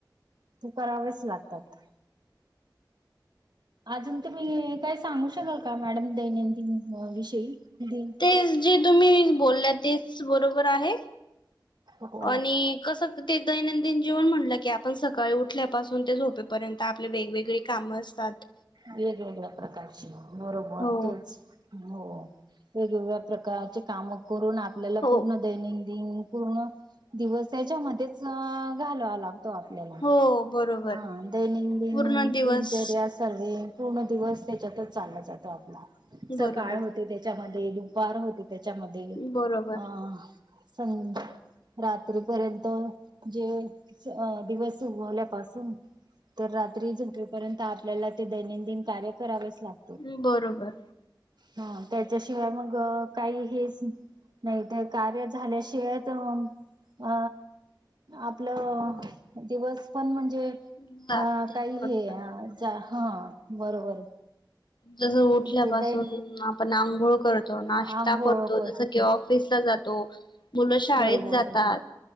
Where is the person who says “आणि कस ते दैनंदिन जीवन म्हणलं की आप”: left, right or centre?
Left